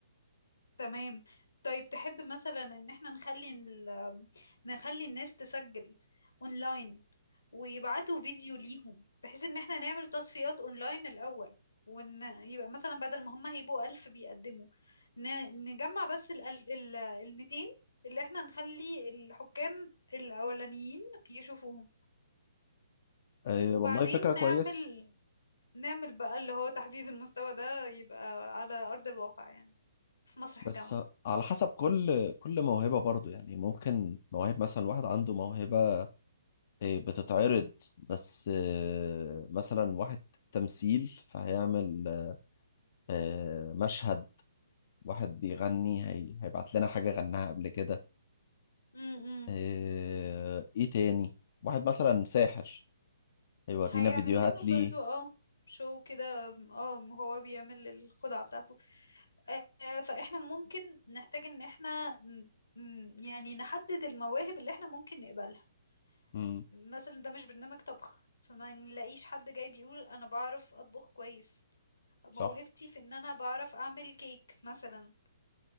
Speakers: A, on the left (about 85°); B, on the left (about 50°).
A: تمام طيب تحب مثلا ان احنا نخلي ال... نخلي الناس تسجل اونلاين ويبعتوا فيديو ليهم بحيث ان احنا نعمل تصفيات اونلاين الاول وان يبقى مثلا بدل ما هم هيبقوا ألف بيقدموا ن- نجمع بس ال ال الميتين اللي احنا نخلي الحكام الأولانيين يشوفوهم
B: أه
A: وبعدين
B: والله فكرة كويس
A: نعمل نعمل بقى اللي هو تحديد المستوى ده يبقى على أرض الواقع يعني في مسرح
B: بس
A: الجامعة
B: على حسب كل كل موهبة برضو يعني ممكن مواهب مثلا واحد عنده موهبة أه، بتتعرض بس أه، مثلا واحد تمثيل فهيعمل أه، مشهد واحد بيغني هي هيبعت لنا حاجة غناها قبل كده
A: امم
B: أه، ايه تاني واحد مثلا ساحر هيورينا
A: هيعمل
B: فيديوهات
A: لنا
B: ليه
A: برضو اه شو كده اه هو بيعمل الخدعة بتاعته آه، فاحنا ممكن نحتاج ان احنا ن- ن- يعني نحدد المواهب اللي احنا ممكن نقبلها
B: مم،
A: مثلا ده مش برنامج طبخ فما نلاقيش حد جاي بيقول انا بعرف اطبخ كويس موهبتي
B: صح
A: في ان انا بعرف اعمل كيك مثلا